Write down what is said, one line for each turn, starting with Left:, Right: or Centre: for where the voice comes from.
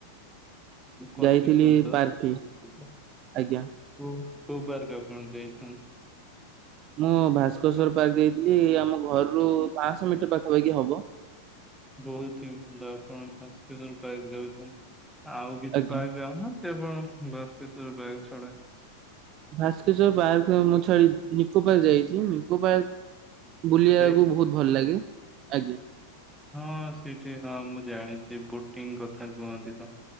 Centre: ଓ
Right: ଯାଇଥିଲି
Centre: କି ସୁନ୍ଦର
Right: ପାର୍କଠି
Centre: <unintelligible>
Right: ଆଜ୍ଞା।
Centre: କୁଅ କୋଉ ପାର୍କ ଆପଣ ଯାଇଛନ୍ତି?
Right: ମୁଁ ଭାସ୍କେଶଵର ପାର୍କ ଯାଇଥିଲି ଆମ ଘରରୁ ପାଞ୍ଚଶହ ମିଟର ପାଖାପାଖି ହବ।
Centre: ବହୁତ୍ ହିଁ ଭଲ ଆପଣ ଭାସ୍କର ପାର୍କ ଯାଉଛନ୍ତି ଆଉ କିଛି
Right: ଆଜ୍ଞା।
Centre: ପାର୍କ ଯାଉନାହା ସେଆପଣ ଭାସ୍କେଶଵର ପାର୍କ ଛଡ଼ା।
Right: ଭାସ୍କେଶ୍ଵର ପାର୍କ ମୁଛାଡ଼ି ନିକୋ ପାର୍କ ଯାଇଚି ନି ନିକୋ ପାର୍କ ବୁଲିବାକୁ
Centre: ଯାଇଛ?
Right: ବହୁତ୍ ଭଲ ଲାଗେ ଆଜ୍ଞା।
Centre: ହଁ ସେଇଠି ହଁ ମୁଁ ଜାଣିଛି ବୋଟିଂ କଥା କୁହନ୍ତିତ।